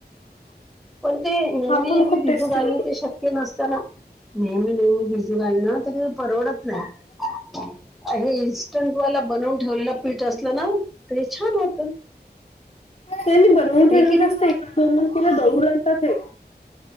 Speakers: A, in the centre; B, on the left (about 40°).
A: पणं ते नेहमी
B: हा पण
A: नेहमी
B: खूप
A: भिजूं
B: टेस्टी
A: घालणं
B: होतो
A: ते शक्यं ते नसतं नं नेहमी नेहमी भिजूं घालणं नां ते कांहीं परवडतं नाहीं हे इन्स्टंटवाला बनवूंन ठेवलेलं पीठ असलं नां तरं हे छान होतं
B: त्यांनी बनवूंन
A: हे
B: ठेवलं
A: की नाही
B: असतं एक एक दोन दोन आणतांत हे